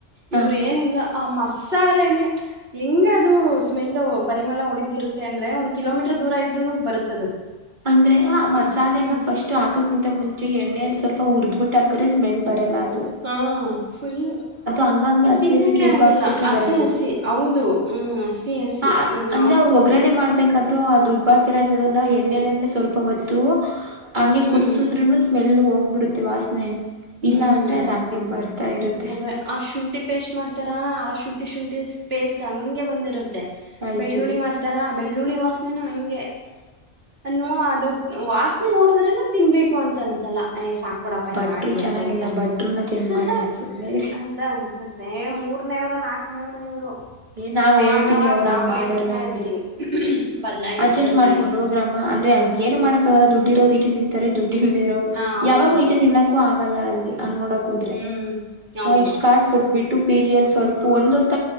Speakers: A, on the right (about 40°); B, on the right (about 55°).
A: ಹ
B: ಇವ್ರ ಏನಿಲ್ಲ. ಆ ಮಸಾಲೆನೆೇ ಹೆಂಗ ಅದು ಸ್ಮೆಲ್ ಪರಿಮಳ ಹೊಡತಿರುತ್ತ. ತ್ತೇಂದ್ರೆ ಒಂದ ಕಿಲೋಮೀಟರ್ ದೂರ ಇದ್ರುನುಗ್ ಬರುತ್ತದು.
A: ಅಂದ್ರೆ ಆ
B: ಹ್ಮ್
A: ಮಸಾಲೆನ
B: ಹ್ಮ್
A: ಫಸ್ಟ್ ಹಾಕಕ್ಕಿಂತ ಮುಂಚೆ ಎಣ್ಣೆ ಸ್ವಲ್ಪ ಹುರ್ದಬಿಟ್ಟ ಹಾಕ್ರೆ ಸ್ಮೆಲ್ ಬರಲ್ಲ ಅದ
B: ಹಾ ಫುಲ್ಲ
A: ಹಂಗಂಗೆ ಹಸಿ
B: ತಿನ್ನಕೆ
A: ಹಸಿ ರುಬ್ಬಾಕ್ಬಿಟ್ರೆ
B: ಆಗಲ್ಲ ಹಸಿ
A: ಬರೋದು
B: ಹಸಿ ಹೌದು. ಹ್ಮ್ಮ್
A: ಹ್ಮ್
B: ಹಸಿ ಹಸಿ
A: ಆ
B: ಈಗ್
A: ಅಂದ್ರೆ
B: ನಾವ್.
A: ಅವ್ರು ಒಗ್ಗರಣೆ ಮಾಡ್ಬೇಕಾದ್ರು ಅದು ರುಬ್ಬ ಹಾಕಿರೋದದಲ್ಲ ಎಣ್ಣೆಲಿ. ಸ್ವಲ್ಪ ಹೊತ್ತು ಹಂಗೆ
B: ಹ್ಮ್
A: ಕುದಸುದ್ರುನು ಸ್ಮೆಲ್ ಹೋಗ್ಬಿಡುತ್ತೆ ವಾಸನೆ.
B: ಹ್ಮ್
A: ಇಲ್ಲ ಅಂದ್ರೆ ಅದ್ ಹಂಗೆ ಬರ್ತಾ ಇರುತ್ತೆ
B: ಅದೆ ಆ ಶುಂಠಿ ಪೇಸ್ಟ್ ಮಾಡ್ತಾರಾ. ಶುಂಠಿ ಶುಂಠಿ ಸ್ಪೇಸ್ಟ್ ಹಂಗೆ ಬಂದಿರು ತ್ತೆ
A: ಅಯ್ಯೋ
B: ಬೆಳ್ಳುಳ್ಳಿ ಮಾಡ್ತಾರಾ ಬೆಳ್ಳುಳ್ಳಿ ವಾಸನೆನು ಹಂಗೆ. ಅನ್ನು ಅದು ವಾಸನೆ ನೋಡದ್ರೇನೆ ತಿನ್ಬೇಕು ಅಂತ ಅನ್ಸಲ್ಲ. ಅಯ್ ಸಾಕ್ಬುಡಪ್ಪ
A: ಭಟ್ರು
B: ಯಾ ಏನ್.
A: ಚೆನ್ನಾಗಿಲ್ಲ
B: ತ ಊಟ
A: ಭಟ್ರನ್ನ ಚೇಂಜ್
B: ಹ
A: ಮಾಡೋಣ
B: ಹ್
A: ಸುಮ್ನೆ ಇರಿ
B: ಅಂತ ಅನ್ಸುತ್ತೆ ಮೂರನೇವರು ನಾಕು. ನವ್ರ ಇವ್ರು.
A: ಏ ನಾವ್
B: ಅವಾಗವಾಗ
A: ಹೇಳ್ತೀವಿ ಅವ್ರ
B: ನಾವು
A: ಹಂಗ್
B: ಹೇಳ್ತಾನ
A: ಮಾಡಲ್ಲ ಅಲ್ಲಿ
B: ಇರ್ತೀವಿ
A: ಹ್ಮ್
B: ಬದ್ಲಾಯಿಸಿ
A: ಅಡ್ಜಸ್ಟ್
B: ಬದ್ಲಾಯಿಸಿ.
A: ಮಾಡ್ಕೊಂಡ್ ಹೋಗ್ರಮ್ಮ ಅಂದ್ರೆ ಅದ್ ಏನು ಮಾಡಕ್ಕಾಗಲ್ಲ ದುಡ್ಡಿರೋ ಇಚೆ ತಿಂತಾರೆ ದುಡ್ ಇಲ್ದಿರೋರು
B: ಹಾ ಹೌದೌದು.
A: ಯಾವಾಗ ಇಚೆ ತಿನ್ನಕ್ಕು ಆಗಲ್ಲ ಅಲ್ಲಿ. ಹಂಗ ನೋಡಕ್ ಹದ್ರೆ
B: ಹ್ಮ್ ಹೌದು.
A: ನಾ ಇಷ್ಟ್ ಕಸ್ ಕೊಟ್ಬಿಟ್ಟು ಪಿ ಜಿ ಅಲ್ಲಿ ಸ್ವಲ್ಪ ಒಂದ ಹೊತ್